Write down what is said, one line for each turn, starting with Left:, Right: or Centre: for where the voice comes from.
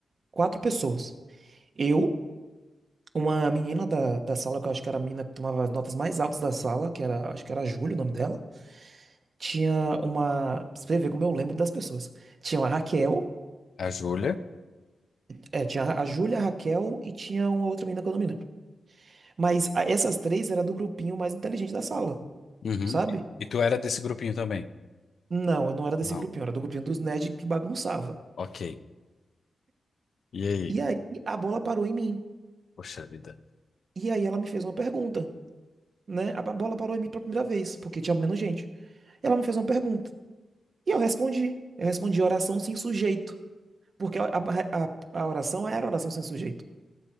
Right: quatro pessoas. Eu. Uma menina da, da sala, que eu acho que era a menina que tomava as notas mais altas da sala, que era, acho que era a Júlia o nome dela, tinha uma. pra Você vê como eu lembro das pessoas. Tinha uma Raquel,
Left: A Júlia.
Right: é, tinha a Júlia, a Raquel e tinha uma outra menina que eu não me lembro. Mas a- essas três era do grupinho mais inteligente da sala,
Left: Uhum.
Right: sabe?
Left: E e tu era desse grupinho também?
Right: Não, eu não era desse
Left: Não.
Right: grupinho, eu era do grupinho dos nerds que bagunçava.
Left: Ok. E aí?
Right: E aí a bola parou em mim.
Left: Poxa vida.
Right: E aí ela me fez uma pergunta, né? A bola parou em mim pela primeira vez, porque tinha menos gente. Ela me fez uma pergunta. E eu respondi. Eu respondi oração sem sujeito. Porque a, a, a- a oração era oração sem sujeito.